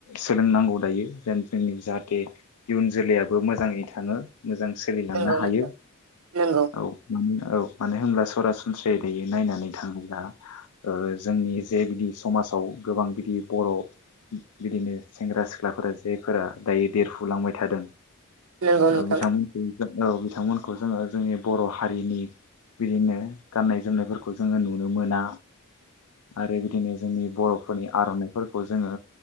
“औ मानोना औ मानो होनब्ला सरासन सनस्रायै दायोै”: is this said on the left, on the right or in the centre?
Left